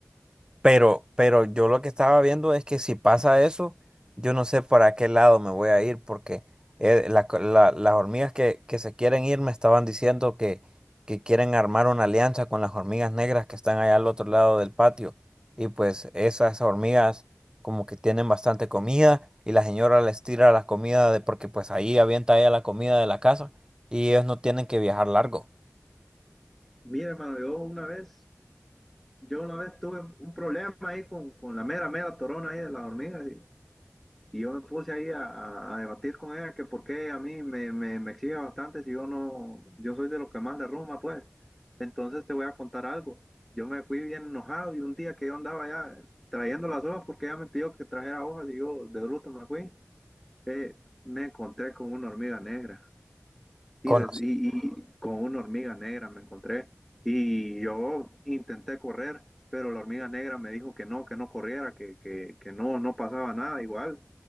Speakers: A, on the right (about 15°); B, in the centre.
A: Pero, pero yo lo que estaba viendo es que si pasa eso, yo no sé para qué lado me voy a ir, porque eh, la co- la- las hormigas que, que se quieren ir me estaban diciendo que, que quieren armar una alianza con las hormigas negras que están allá al otro lado del patio. Y pues esas hormigas como que tienen bastante comida y la señora les tira la comida de, porque pues ahí avienta ella la comida de la casa y ellos no tienen que viajar largo.
B: Mire, hermano, yo una vez, yo una vez tuve un problema ahí con, con la mera, mera torona ahí de las hormigas Y yo me puse ahí a, a debatir con ella que por qué a mí me, me, me exige bastante si yo no, yo soy de los que más derrumba, pues. Entonces te voy a contar algo. Yo me fui bien enojado y un día que yo andaba ya trayendo las hojas porque ella me pidió que trajera hojas y yo de bruto me fui, eh, me encontré con una hormiga negra. Y,
A: Con,
B: des- y, y con una hormiga negra me encontré. Y yo intenté correr, pero la hormiga negra me dijo que no, que no corriera, que, que, que no, no pasaba nada igual.